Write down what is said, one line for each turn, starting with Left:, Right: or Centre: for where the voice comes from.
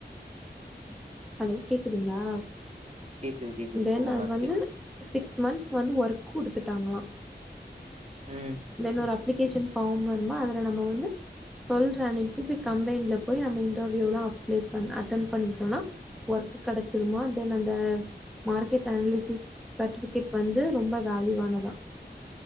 Centre: ஹலோ கேக்குதுங்களா
Right: கேக்குது கேக்குது
Centre: தென்
Right: சொல்லுங்க
Centre: அது வந்து
Right: செரி
Centre: சிக்ஸ் மன்ஸ்க்கு வந்து ஒர்க் குடுத்துட்டாங்களா
Right: ம்
Centre: தென் ஒரு அப்ளிகேஷன் ஃபார்ம் வருமா அதுல நம்ம வந்து சொல்ற அன்னைக்கு போய் கம்பெனில போய் நம்ம இன்டர்வியூலா அப்ளை பண்ண அட்டன்ட் பண்ணிட்டோன்னா ஒர்க் கெடைச்சிருமா தென் அந்த மார்க்கெட் அனலிசிஸ் சர்ட்டிஃபிகேட் வந்து ரொம்ப வேல்யூவானதா